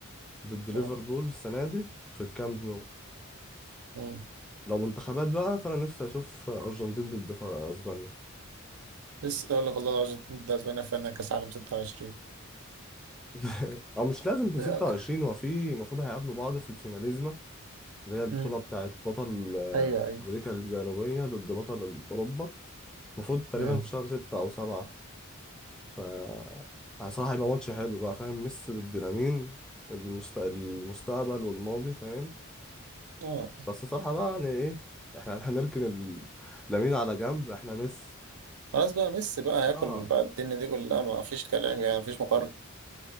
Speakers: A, in the centre; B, on the right.
A: ضد ليفربول
B: مم.
A: السنه دي في الكامب نو
B: مم.
A: لو منتخبات بقى فانا نفسي اشوف ارجنتين ضد ف- اسبانيا
B: لسه اقول لك والله الارجنتين ضد اسبانيا في نهائي كاس عالم 26
A: <laughs> او مش لازم في
B: آه.
A: 26
B: <laughs>
A: هو في المفروض هيقابلوا بعض في الفيناليزما اللي هي البطوله
B: مم.
A: بتاعت بطل آه،
B: ايوه ايوه
A: امريكا الجنوبيه ضد بطل اوروبا المفروض تقريبا
B: مم.
A: في شهر 6 او 7 ف يعني صراحه هيبقى ماتش حلو بقى فاهم ميسي ضد لامين المست... المستقبل والماضي فاهم
B: اه
A: بس صراحة بقى يعني ايه احنا <laughs> هنركن ال- لامين على جنب احنا ميسي
B: خلاص بقى ميسي بقى هياكل
A: اه
B: بقى الدنيا دي كلها ما فيش كلام يعني ما فيش مقارنه